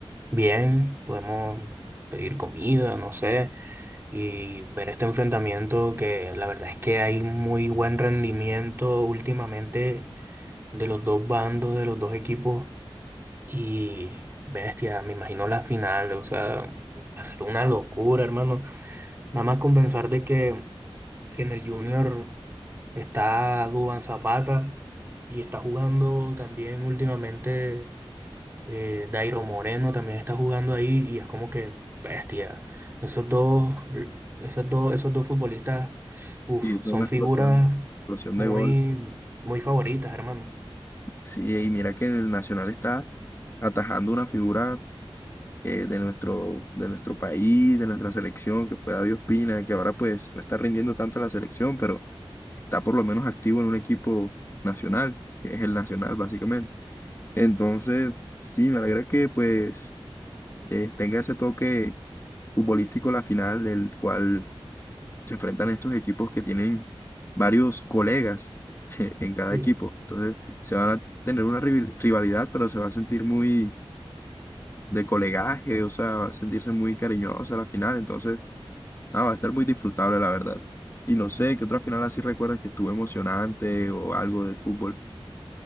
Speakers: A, on the right; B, on the left.
A: bien, podemos pedir comida, no sé. y ver este enfrentamiento que la verdad es que hay muy buen rendimiento últimamente de los dos bandos, de los dos equipos y bestia, me imagino la final, o sea, va a ser una locura, hermano. Nada más con pensar de que en el Junior está Dubán Zapata y está jugando también últimamente eh, Dairo Moreno también está jugando ahí y es como que bestia. Esos dos, esos dos, esos dos futbolistas, uf,
B: Y es
A: son
B: una explosión,
A: figuras
B: explosión
A: muy,
B: de gol.
A: muy favoritas, hermano.
B: Sí, y mira que el Nacional está atajando una figura eh, de nuestro, de nuestro país, de nuestra selección, que fue David Ospina, que ahora pues no está rindiendo tanto en la selección, pero está por lo menos activo en un equipo nacional, que es el Nacional básicamente. Entonces, sí, me alegra que pues eh, tenga ese toque futbolístico la final, del cual se enfrentan estos equipos que tienen varios colegas <laughs> en cada
A: Sí.
B: equipo. Entonces, se van a tener una rival- rivalidad, pero se va a sentir muy de colegaje, o sea, sentirse muy cariñosos a la final, entonces, nada, va a estar muy disfrutable, la verdad. Y no sé, ¿qué otra final así recuerdas que estuvo emocionante o algo del fútbol?